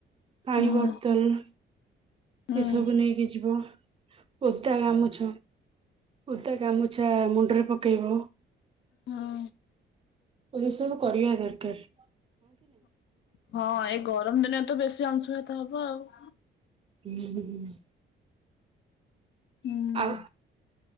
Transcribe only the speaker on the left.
ହୁଁ
ହଁ।
ହଁ।
ହଁ ଏଇ ଗରମ ଦିନେ ତ ବେଶୀ ଅଂଶୁ ଭତ ହବ ଆଉ।
ହୁଁ